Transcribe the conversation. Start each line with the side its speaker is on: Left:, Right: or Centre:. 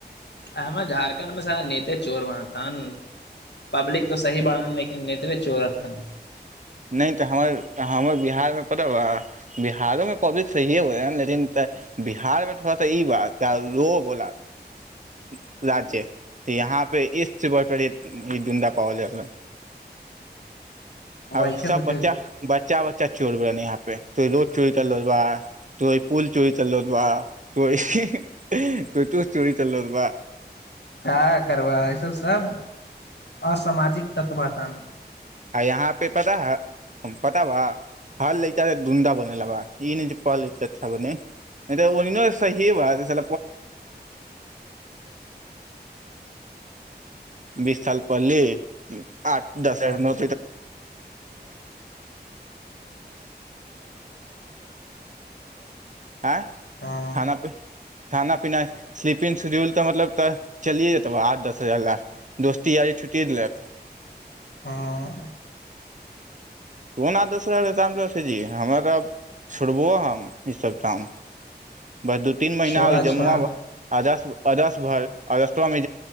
Left: अह हमर झारखण्ड में सारा नेते चोर बनत हन पब्लिक त सही बड़ान लेकिन नेत अरे चौराथन
Right: नहि तऽ हमर हमर बिहारमे पता बिहारोमे पब्लिक सहिए होै हन लेकिन तऽ बिहारमे थोड़ा सा ई बात तऽ रो बोलाब राज्य तऽ यहाँ एक से बढ़ कर एक ई धुंडा पावल जातन आ
Left: वैसे
Right: सब
Left: तऽ
Right: बच्चा
Left: फेर
Right: बच्चा चोर यहा पे तो चोरी चला तो पुल चोरी चलो बापरे हि- हि एह तो चोरी चललोत बा
Left: का करबह इसभ सभ असामाजिक तत्वा तन
Right: यहा पे पता ह पता बा हल ले गुंडा बनलेबा इने जे पढ़ त अच्छा बने नइत बोलने त सहिए बासेेे बीस साल पढ़ली आठ दस
Left: हँ
Right: नौ <unintelligible> ऐं
Left: हँ
Right: थाना पे खाना पीना स्लीपिंग शिड्यूल तऽ मतलब तऽ चलिए जेतबह आठ दस हजार लए दोस्तीयारी छुटिए गेलए
Left: हँ
Right: कोना दोसर के काम कतसे दियै हमरा तऽ आब छोड़बो हम ई सब काम बस दू तीन महिना
Left: छोड़ा
Right: आ
Left: छोड़ा
Right: जमा वला आबि जाय छौ अदस भर आ रस्तोमे